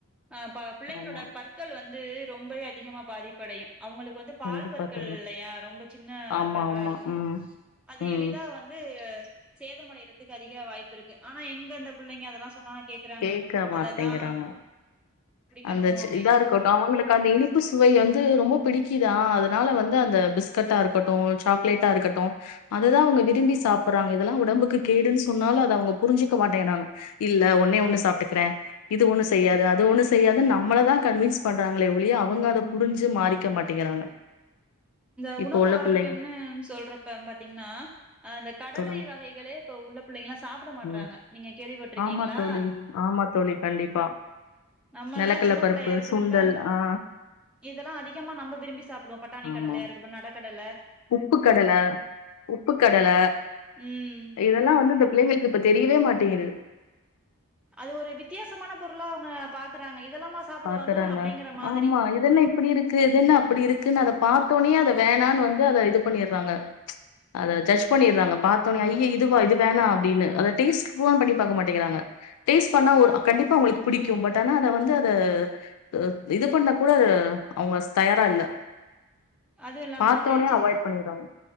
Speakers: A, in the centre; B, on the left.
A: ஆஹ் ப பிள்ளைங்களோட
B: ஆமா
A: பற்கள் வந்து ரொம்பவே அதிகமா பாதிப் அடையு அவுங்களுக்கு வந்து பால்
B: கண்டிப்பா
A: பற்கள்
B: தோழி
A: இல்லயா ரொம்ப சின்ன
B: ஆமா
A: பற்களா
B: ஆமா
A: இருக்கு
B: ம் ம்
A: எளிதா வந்து சேதம் அடைறதுக்கு அதிக வாய்ப்பு இருக்கு ஆனா எங் அந்த புள்ளைங்க அதலா சொன்னா கேக்குறாங்க
B: கேக்க மாட்டேங்கிறாங்க
A: அததா குடிக்கணு
B: அந்த சி
A: அப்டின்னு
B: இதா இருக்கட்டு
A: சொல்லுவாங்க
B: அவங்ளுக்கு அந்த இனிப்பு சுவை வந்து ரொம்ப பிடிக்கித் ஆ அதுனால வந்து அந்த பிஸ்கட்டா இருக்கட்டு சாக்லேட்டா இருக்கட்டு அதுதா அவுங்க விரும்பி சாப்புறாங்க இதலா உடம்புக்கு கேடுன் சொன்னாலு அத அவுங்க புரிஞ்சிக்க மாட்டேங்றாங்க இல்ல ஒ ஒன்னே ஒன்னு சாப்ட்டுக்குற இது ஒன்னு செய்யாது அது ஒன்னு செய்யாது நம்மளதா கன்வின்ஸ் பண்றாங்களே ஒளிய அவுங்க அத புரிஞ்சு மாறிக்க மாட்டேங்கிறாங்க
A: இந்த
B: இப்போ
A: உணவு
B: உள்ள
A: ஆரோக்யம்னு
B: பிள்ளைங்க
A: சொல்றப்ப பாத்தீங்ன்னா அ இந்த கடலை
B: சொல்லுங்க
A: வகைகளே போ உள்ள பிள்ளைங்ளா தாப்ட மாட்றாங்க
B: ம்
A: நீங்க கேள்விப்பட்ருக்கீங்ளா
B: ஆமா தோழி ஆமா தோழி கண்டிப்பா
A: நம்மலல்லா
B: நிலக்கல்ல
A: சின்ன
B: பருப்பு
A: புள்ளையா இருக்குறப்ப
B: சுண்டல் ஆ
A: இதலா அதிகமா நம்ப விரும்பி சாப்டுவோ பட்டாணி
B: ஆமா
A: கடலயா இருக்குட்டு நட கடல
B: உப்பு கடல உப்பு கடல
A: ம்
B: இதல்லா வந்து இந்த பிள்ளைங்களுக்கு இப்ப தெரிவே மாட் தேரு
A: அது ஒரு வித்தியாசமான பொருளா அவங்க பாக்குறாங்க இதெல்லாமா சாப்டுவாங்க
B: பாக்குறாங்க
A: அப்டிங்கிற மாதிரி
B: ஆமா இதென்ன இப்பிடி இருக்கு இதென்ன அப்பிடி இருக்குன் அத பாத்தோனய அத வேணானு வந்து அத இது பண்ணிர்றாங்க அத ஜட்ஜ் பண்ணிர்றாங்க பாத்தோனய ஐயயோ இதுவா இது வேணா அப்டினு அத டேஸ்ட் கூவ பண்ணி பாக்க மாட்டேங்கிறாங்க டேஸ்ட் பண்ணா ஒ கண்டிப்பா அவங்களுக்கு புடிக்கு பட் ஆனா அத வந்து அ அ இது பண்ண கூட அவங்க தயாரா இல்ல
A: அதுவு இல்லாம
B: பாத்தோனயே
A: இந்த சிப்
B: அவாய்ட் பண்ணிர்றாங்